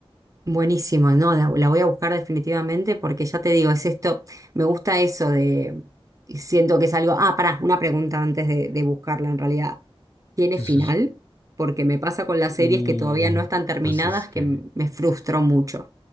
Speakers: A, on the right; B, on the left.
A: Buenísimo, no, la, la voy a buscar definitivamente porque ya te digo, es esto, me gusta eso de, siento que es algo, ah, pará, una pregunta antes de, de buscarla en realidad. ¿Tiene
B: Sí,
A: final?
B: sí, sí.
A: Porque me pasa con las
B: Uh,
A: series que todavía no están terminadas
B: pues es que
A: que m- me frustró mucho.